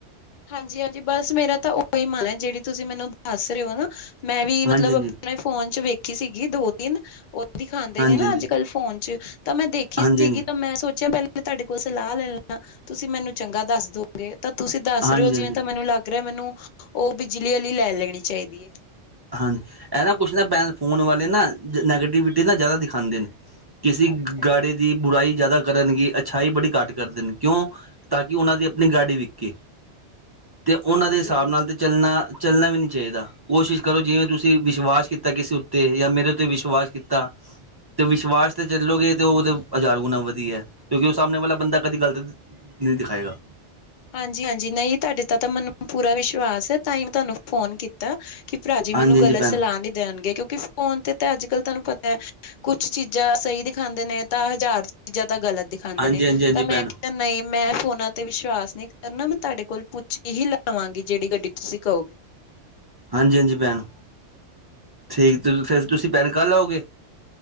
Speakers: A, on the left; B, on the right.
A: ਹਾਂਜੀ, ਹਾਂਜੀ ਬਸ ਮੇਰਾ ਤਾਂ ਉਹੀ ਮਨ ਹੈ ਜਿਹੜੀ ਤੁਸੀਂ ਮੈਨੂੰ ਦੱਸ ਰਹੇ ਹੋ ਨਾ ਮੈਂ ਵੀ ਮਤਲਬ
B: ਹਾਂਜੀ ਹਾਂਜੀ
A: ਉਹ ਨੇ ਫੋਨ ਚ ਵੇਖੀ ਸੀਗੀ ਦੋ ਤਿੰਨ ਉਹ ਦਿਖਾਉਂਦੇ
B: ਹਾਂਜੀ
A: ਨੇ ਨਾ
B: ਹਾਂਜੀ
A: ਅੱਜ
B: ਹਾਂਜੀ
A: ਕੱਲ ਫੋਨ ਚ ਤਾਂ ਮੈਂ ਦੇਖੀ
B: ਹਾਂਜੀ
A: ਸੀਗੀ ਤਾਂ ਮੈਂ ਸੋਚਿਆ ਪਹਿਲਾਂ ਤੁਹਾਡੇ ਕੋਲ ਸਲਾਹ ਲੈਲਾ, ਤੁਸੀਂ ਮੈਨੂੰ ਚੰਗਾ ਦੱਸ ਦੋਗੇ ਤਾਂ ਤੁਸੀਂ ਦੱਸ
B: ਹਾਂਜੀ
A: ਜਿਵੇਂ
B: ਹਾਂਜੀ
A: ਤਾਂ ਮੈਨੂੰ ਲੱਗ ਰਿਹਾ ਮੈਨੂੰ ਉਹ ਬਿਜਲੀ ਵਾਲੀ ਲੈ ਲੈਣੀ ਚਾਹੀਦੀ ਏ।
B: ਹਾਂਜੀ ਇਹ ਨਾ ਕੁਛ ਨਾ ਭੈਣ, ਫੋਨ ਵਾਲੇ ਨਾ ਨੈਗੇਟਿਵਿਟੀ ਨਾ ਜ਼ਿਆਦਾ ਦਿਖਾਉਂਦੇ ਨੇ। ਕਿਸੀ
A: ਅੱਛਾ
B: ਗਾੜੀ ਦੀ ਬੁਰਾਈ ਜ਼ਿਆਦਾ ਕਰਨਗੇ ਅੱਛਾਈ ਬੜੀ ਘੱਟ ਕਰਦੇ ਨੇ, ਕਿਉਂ ਤਾਂ ਕਿ ਉਹਨਾਂ ਦੀ ਆਪਣੀ ਗਾਡੀ ਵਿਕੇੇ।
A: <inaudible>
B: ਤੇ ਉਹਨਾਂ
A: ਹਾਂਜੀ-ਹਾਂਜੀ
B: ਦੇ ਹਿਸਾਬ ਨਾਲ ਤੇ ਚੱਲਣਾ ਚੱਲਣਾ ਵੀ ਨਹੀਂ ਚਾਹੀਦਾ ਕੋਸ਼ਿਸ਼ ਕਰੋ ਜਿਵੇਂ ਤੁਸੀਂ ਵਿਸ਼ਵਾਸ ਕੀਤਾ ਕਿਸੇ ਉੱਤੇ ਯਾਂ ਮੇਰੇ ਉੱਤੇ ਵਿਸ਼ਵਾਸ ਕੀਤਾ ਤੇ ਵਿਸ਼ਵਾਸ ਤੇ ਚੱਲੋਗੇ ਤੇ ਉਹਦੇ ਹਜ਼ਾਰ ਗੁਣਾ ਵਧੀਆ ਏ। ਕਿਉਂਕਿ ਉਹ ਸਾਹਮਣੇ ਵਾਲਾ ਬੰਦਾ ਕਦੀ ਗਲਤ ਨਹੀਂ ਦਿਖਾਏਗਾ।
A: ਹਾਂਜੀ, ਹਾਂਜੀ ਨਹੀਂ ਤੁਹਾਡੇ ਤਾਂ ਤਾਂ ਮੈਨੂੰ ਪੂਰਾ ਵਿਸ਼ਵਾਸ ਹੈ ਤਾਂ ਹੀ ਮੈਂ ਤੁਹਾਨੂੰ ਫੋਨ ਕੀਤਾ ਕੀਤਾ ਕਿ ਭਰਾ ਜੀ ਮੈਨੂੰ
B: ਹਾਂਜੀ ਹਾਂਜੀ
A: ਗ਼ਲਤ
B: ਭੈਣ
A: ਸਲਾਹ ਨਹੀਂ ਦੇਣਗੇ, ਕਿਉਂਕਿ ਫੋਨ ਤੇ ਤਾਂ ਅੱਜ ਕੱਲ ਤੁਹਾਨੂੰ ਪਤਾ ਏ। ਕੁਛ ਚੀਜ਼ਾਂ ਸਹੀ ਦਿਖਾਉਂਦੇ ਨੇ ਤਾਂ ਹਜ਼ਾਰ ਚੀਜ਼ਾਂ ਤਾਂ ਗ਼ਲਤ ਦਿਖਾਉਂਦੇ
B: ਹਾਂਜੀ
A: ਨੇ
B: ਹਾਂਜੀ ਹਾਂਜੀ
A: ਤਾਂ ਮੈਂ
B: ਭੈਣ
A: ਨਹੀਂ ਮੈਂ ਫੋਨਾ ਤੇ ਵਿਸ਼ਵਾਸ ਨਹੀਂ ਕਰ ਨਾ ਮੈਂ ਤੁਹਾਡੇ ਕੋਲ ਪੁੱਛ ਕੇ ਹੀ ਲਾਵਾਂਗੀ ਜਿਹੜੀ ਗੱਡੀ ਤੁਸੀਂ ਕਹੋਗੇ।
B: ਹਾਂਜੀ, ਹਾਂਜੀ ਭੈਣ ਠੀਕ ਫਿਰ ਤੁਸੀਂ ਭੈਣ ਕਲ ਆਓਗੇ।